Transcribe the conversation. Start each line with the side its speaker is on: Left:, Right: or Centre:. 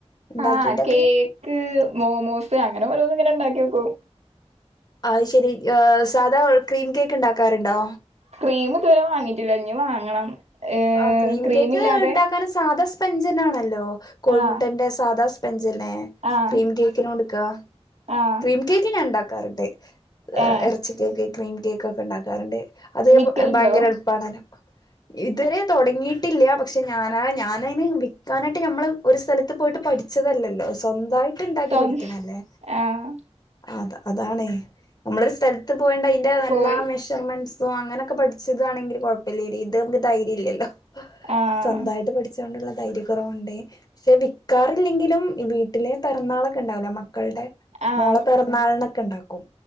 Left: ഇണ്ടാക്കിയിട്ടൊക്കെ?
Right: ആഹ് കേക്ക് മോമോസ് അങ്ങനെ ഓരോന്ന് ഇങ്ങനെ ഉണ്ടാക്കി നോക്കും
Left: അത് ശെരി സാധാ ക്രീം കേക്ക് ഉണ്ടാക്കാറുണ്ടോ
Right: ക്രീം ഇതുവരെ വാങ്ങീട്ടില്ല ഇനി വാങ്ങണം ഏഹ്
Left: ആഹ് ക്രീം
Right: ക്രീമില്ലാതെ
Left: കേക്ക് ഇണ്ടാക്കാൻ സാധാ സ്പെഞ്ചനാണല്ലോ കോഴിമുട്ടേന്റെ
Right: ആഹ്
Left: സാദാ സ് അത് തന്നെ
Right: ആഹ്
Left: ക്രീം കേക്കിന് കൊടുക്കാ
Right: ആഹ്
Left: ക്രീം കേക്ക് ഞാൻ ഉണ്ടാക്കാറുണ്ട്
Right: ഏഹ്
Left: ഇറച്ചി കേക്ക് ക്രീം കേക്ക് ഒക്കെ ഉണ്ടാക്കാറുണ്ട് അത്
Right: വിക്കലുണ്ടോ
Left: ഭയങ്കര എളുപ്പാണല്ലോ ഇതുവരെ തുടങ്ങിയിട്ടില്ല പക്ഷെ ഞാനാ ഞാനതിന് വിൽക്കാനായിട്ട് നമ്മൾ ഒരു സ്ഥലത്ത് പോയിട്ട് പഠിച്ച് അല്ലല്ലോ സ്വന്തമായിട്ട് ഉണ്ടാക്കി
Right: സ്വന്
Left: പഠിക്കണെ അല്ലേ
Right: ആഹ്
Left: അതാ അതാണേ നമ്മളൊരു സ്ഥലത്ത് പോയണ്ട് അതിന്റെ നല്ലാ
Right: പോയി
Left: മെഷർമെന്റ്സ് സൊ അങ്ങനെയൊക്കെ പഠിച്ചതാണെങ്കിൽ കുഴപ്പമില്ല ഇത് നമുക്ക് ധൈര്യ ഇല്ലല്ലോ
Right: ആഹ്
Left: സ്വന്തമായിട്ട് പഠിച്ച <unintelligible> കൊണ്ടുള്ള ധൈരൃ കുറവുണ്ട് പക്ഷെ വിാറില്ലെങ്കിലും വീട്ടിലെ പിറന്നാളൊക്കെ ഉണ്ടാവില്ലേ മക്കള- മക്കളുടെ
Right: ആഹ്
Left: മോള പിറന്നാളിനൊക്കെ ഉണ്ടാക്കും